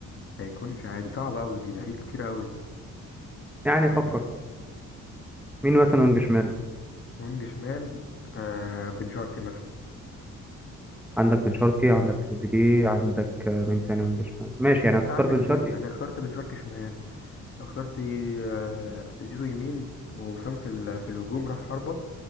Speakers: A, on the left; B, in the centre.
A: هيكون مش عادي صعب أوي دي ده فيه كتير أوي
B: يعني
A: مش عارف
B: فكر كده مين مثلا وينج شمال
A: وينج شمال آه بن شرقي مثلا
B: عندك بن شرقي عندك تريزيجيه عندك آه، مين تاني وينج شمال ماشي يعني
A: انت
B: هتختار
A: عندك
B: بن
A: زيزو
B: شرقي
A: يعني اخترت بن شرقي شمال اخترت آه زيزو يمين وسام في ال- في الهجوم راس حربة